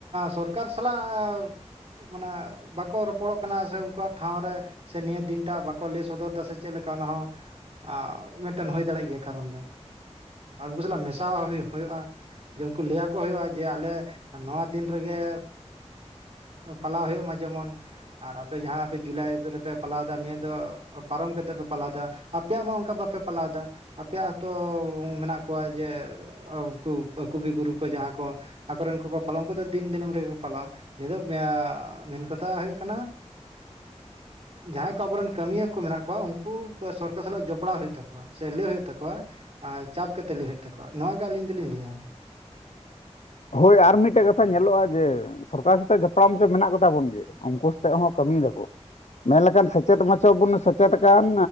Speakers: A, on the right (about 60°); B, on the left (about 75°).
A: ᱥᱚᱨᱠᱟᱨ ᱥᱟᱞᱟᱜ ᱢᱟᱱᱮ ᱵᱟᱠᱚ ᱨᱚᱯᱚᱲᱚᱜ ᱠᱟᱱᱟ ᱥᱮ ᱩᱱᱠᱩᱣᱟᱜ ᱴᱷᱟᱶ ᱨᱮ ᱥᱮ ᱱᱤᱭᱟᱹ ᱫᱤᱱᱴᱟᱜ ᱵᱟᱠᱚ ᱞᱮᱭ ᱥᱚᱫᱚᱨ ᱫᱟ ᱥᱮ ᱪᱮᱜ ᱞᱮᱠᱟ ᱚᱱᱟ ᱦᱚᱸ ᱟ ᱢᱮᱫᱴᱮᱱ ᱦᱳᱭ ᱫᱟᱲᱮ ᱜᱮᱭᱟ ᱠᱟᱨᱚᱱ ᱫᱚ ᱟᱨ ᱩᱱᱠᱩ ᱥᱟᱞᱟᱜ ᱢᱮᱥᱟᱣ ᱦᱚᱸ ᱦᱳᱭᱳᱜᱼᱟ ᱡᱮ ᱩᱱᱠᱩ ᱞᱮᱭᱟᱠᱚ ᱦᱳᱭᱳᱜᱼᱟ ᱡᱮ ᱟᱞᱮ ᱱᱚᱣᱟ ᱫᱤᱱ ᱨᱮᱜᱮ ᱯᱟᱞᱟᱣ ᱦᱳᱭᱳᱜ ᱢᱟ ᱡᱮᱢᱚᱱ ᱟᱨ ᱟᱯᱮ ᱡᱟᱦᱟᱸ ᱟᱯᱮ ᱡᱩᱞᱟᱭ ᱨᱮᱯᱮ ᱯᱟᱞᱟᱣ ᱫᱟ ᱱᱤᱭᱟᱹ ᱫᱚ ᱯᱟᱨᱚᱢ ᱠᱟᱛᱮᱫ ᱯᱮ ᱯᱟᱞᱟᱣ ᱫᱟ ᱟᱯᱮᱭᱟᱜ ᱢᱟ ᱚᱱᱠᱟ ᱵᱟᱯᱮ ᱯᱟᱞᱟᱣ ᱫᱟ ᱟᱯᱮᱭᱟᱜ ᱦᱚᱛᱚ ᱢᱮᱱᱟᱜ ᱠᱚᱣᱟ ᱡᱮ ᱩᱝᱠᱩ ᱟᱹᱠᱩ ᱜᱤ ᱜᱩᱨᱩ ᱠᱚ ᱡᱟᱦᱟᱸ ᱠᱚ ᱟᱠᱚᱨᱮᱱ ᱠᱚ ᱠᱚ ᱯᱟᱞᱚᱱ ᱠᱚ ᱫᱚ ᱫᱤᱱ ᱫᱤᱱᱟᱹᱢ ᱨᱮᱜᱮ ᱠᱚ ᱯᱟᱞᱟᱣᱟ ᱱᱤᱫᱛᱚᱜ ᱢᱮᱱ ᱠᱟᱛᱷᱟ ᱦᱳᱭᱳᱜ ᱠᱟᱱᱟ ᱡᱟᱦᱟᱸᱭ ᱠᱚ ᱟᱵᱚᱨᱮᱱ ᱠᱟᱹᱢᱤᱭᱟᱹ ᱠᱚ ᱢᱮᱱᱟᱜ ᱠᱚᱣᱟ ᱩᱝᱠᱩ ᱥᱚᱨᱠᱟᱨ ᱥᱟᱞᱟᱜ ᱡᱚᱯᱲᱟᱣ ᱦᱳᱭᱳᱜ ᱛᱟᱠᱚᱣᱟ ᱥᱮ ᱞᱟᱹᱭ ᱦᱳᱭᱳᱜ ᱛᱟᱠᱚᱣᱟ ᱪᱟᱯ ᱠᱟᱛᱮᱜ ᱞᱟᱹᱭ ᱦᱳᱭᱳᱜ ᱛᱟᱠᱚᱣᱟ ᱱᱚᱣᱟ ᱜᱮ ᱟᱹᱞᱤᱧ ᱫᱚᱞᱤᱧ ᱞᱟᱹᱭᱟ
B: ᱦᱳᱭ ᱟᱨ ᱢᱤᱫᱴᱮᱡ ᱠᱟᱛᱷᱟ ᱧᱮᱞᱚᱜᱼᱟ ᱡᱮ ᱥᱚᱨᱠᱟᱨ ᱥᱟᱛᱮᱜ ᱡᱟᱯᱲᱟᱢ ᱦᱚᱪᱚ ᱢᱮᱱᱟᱜ ᱠᱚᱛᱟ ᱵᱚᱱ ᱜᱮ ᱩᱝᱠᱩ ᱥᱟᱛᱮᱜ ᱦᱚᱸ ᱠᱟᱹᱢᱤᱭ ᱫᱟᱠᱚ ᱢᱮᱱ ᱞᱮᱠᱷᱟᱱ ᱥᱮᱪᱮᱛ ᱢᱟᱪᱚ ᱵᱩᱱ ᱥᱮᱪᱮᱛ ᱟᱠᱟᱱ